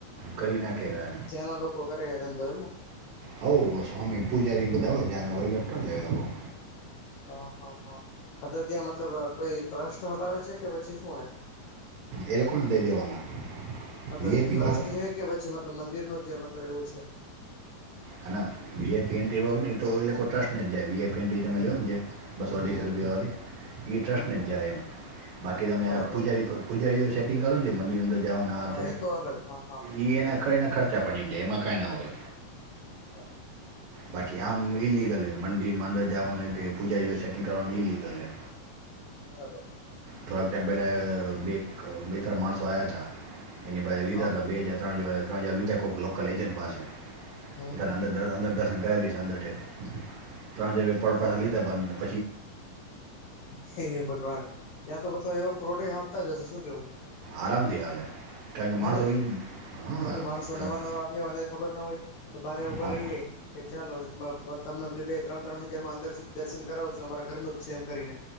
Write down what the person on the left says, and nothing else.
ત્યાના લોકો કરે હે ધંધો એમને.
હ- હા-હા અ ત્યાં મતલબ કોઈ ટ્રસ્ટ હલાવે છે કે પછી શું હે?
મતલબ
એ ટ્રસ્ટ
છે કે પછી મતલબ મંદિરનુંું જે મતલબ એવું છે.
હમ
હમ
હમ હમ
બરાબર
હા
એ તો અલગ હા-હા.
બરાબર છે.
બરાબર.
હા
હા
હમ
હમ
હ ભગવાન ત્યાં તો મતલબ એવા ફ્રોડ હાલતા જ હશે શું કેવું?
હે
ને
કેમ કે માણસો
નવા- નવા આવ્યા અને ખબર ના હોય. તો બારે ભા
રહી જાય કે ચાલો તમને બે ત્રણ -ત્રણ હજાર માં અંદર સુધી દર્શન કરાવું છો અમારા ઘરનું જ છે એમ કરીને.